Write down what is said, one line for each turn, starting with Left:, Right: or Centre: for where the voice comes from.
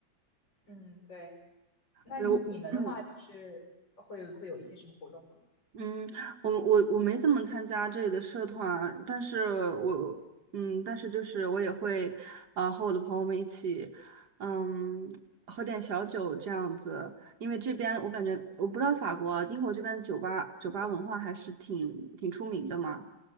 Left: 嗯，对。那你你们的话就是会会有一些什么活动吗？
Right: 对我，嗯。嗯，我我我没怎么参加这里的社团，但是我嗯，但是就是我也会，啊和我的朋友们一起，嗯，喝点小酒这样子，因为这边我感觉我不知道法国，英国这边酒吧酒吧文化还是挺挺出名的嘛，